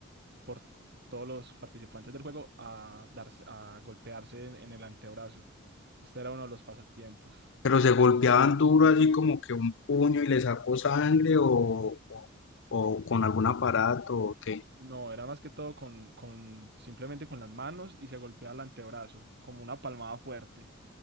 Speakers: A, on the right; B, on the left.
A: por todos los participantes del juego a darse, a golpearse en, en el antebrazo. Este era uno de los pasatiempos.
B: Pero se golpeaban duro, así como que un puño y le sacó sangre o, o, o con algún aparato o qué.
A: No, era más que todo con, con simplemente con las manos y se golpeaba el antebrazo, como una palmada fuerte.